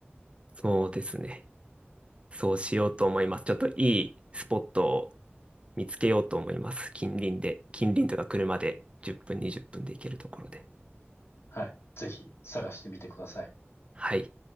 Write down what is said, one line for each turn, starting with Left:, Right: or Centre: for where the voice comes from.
Right: そうですね。そうしようと思います。ちょっといいスポットを見つけようと思います。近隣で。近隣とか車で10分、20分で行けるところで。
Left: はい。ぜひ探してみてください。
Right: はい。